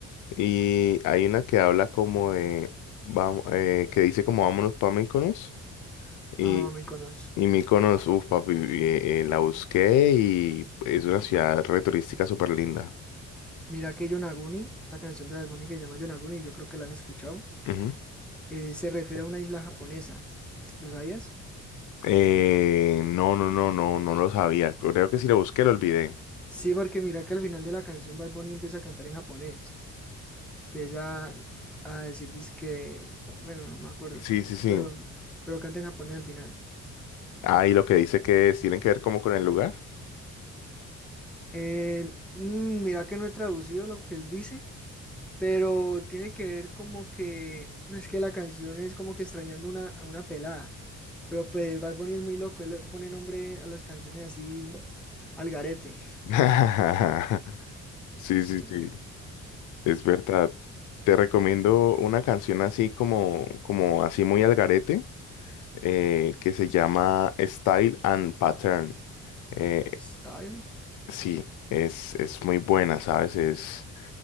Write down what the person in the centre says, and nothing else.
Ah, me conozco.
Mira que Yonaguni, esa canción de Bad Bunny que se llama Yonaguni, yo creo que la has escuchado,
eh, se refiere a una isla japonesa. ¿Lo sabías?
Sí, porque mira que al final de la canción Bad Bunny empieza a cantar en japonés. Empieza a decir que, bueno, no me acuerdo,
pero, pero canta en japonés al final.
Eh, mm, mira que no he traducido lo que él dice, pero tiene que ver como que, no es que la canción es como que extrañando una, a una pelada, pero pues Bad Bunny es muy loco, él le pone nombre a las canciones así al garete. <laughs>
Sí.
Style.